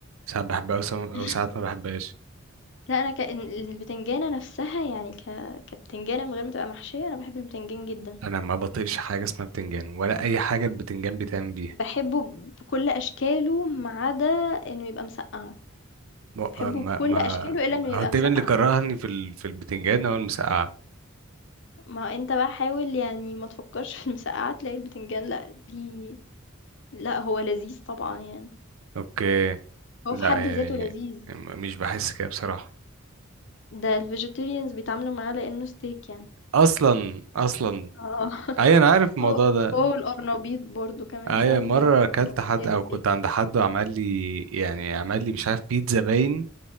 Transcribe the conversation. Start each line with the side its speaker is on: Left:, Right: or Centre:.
Right: ساعات بحبها وسا-
Left: <laughs>
Right: وساعات ما بحبهاش
Left: لأ أنا كإن البتنجانة نفسها يعني ك كبتنجانة من غير ما تبقى محشية، أنا باحب البتنجان جدًا،
Right: انا ما بطيقش حاجه اسمها بتنجان ولا اي حاجه البتنجان بيتعمل بيها
Left: باحبه بكل أشكاله ما عدا إنه يبقى مسقعة،
Right: ما
Left: باحبه
Right: ما
Left: بكل
Right: ما-
Left: أشكاله إلا إنه
Right: هو
Left: يبقى
Right: تقريبا
Left: مسقعة.
Right: اللي كرهني في ال... في البتنجان هو المسقعه
Left: ما أنت بقى حاول يعني ما تفكّرش في المسقعة تلاقي البتنجان لأ دي لأ هو لذيذ طبعًا يعني،
Right: اوكي
Left: هو
Right: لا
Left: في حد ذاته
Right: يعني
Left: لذيذ،
Right: م- مش بحس كده بصراحه
Left: ده الvegetarians بيتعاملوا معاه لإنه steak يعني.
Right: اصلا اصلا
Left: آه
Right: اي انا عارف الموضوع
Left: هو
Right: ده
Left: هو والقرنبيط برضه كمان
Right: اي
Left: ساعات
Right: مره
Left: بيعمل القرنبيط
Right: اكلت حد
Left: زي
Right: او
Left: الsteak.
Right: كنت عند حد وعمل لي يعني عمل لي مش عارف بيتزا باين